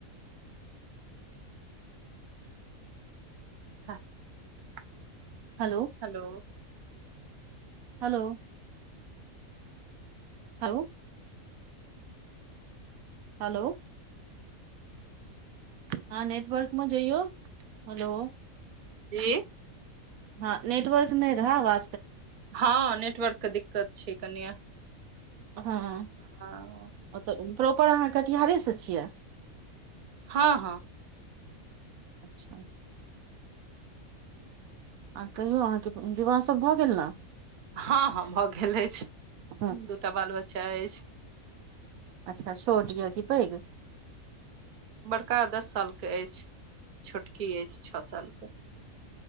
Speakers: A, on the right; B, on the right.
A: <unintelligible>
B: hello
A: hello
B: hello hello hello हँ नेटवर्क मे जइौ हेलो
A: इ
B: हँ नेटवर्क नय रह व
A: हँ नेटवर्क के दिक्कत छै कनिये
B: हँ
A: <unintelligible>
B: ओत प्रॉपर अहाँ कटिहारे सँ छियै
A: हँ हँ
B: अच्छा आ तहियो अहाँके विवाह सब भऽ गेल न
A: हँ हँ भऽ गेल अछि
B: हँ,
A: दूटा बाल बच्चा अछि
B: अच्छा छोड़ दिय की पइग
A: बड़का दस साल के अछि छोटकी अछि छ सालके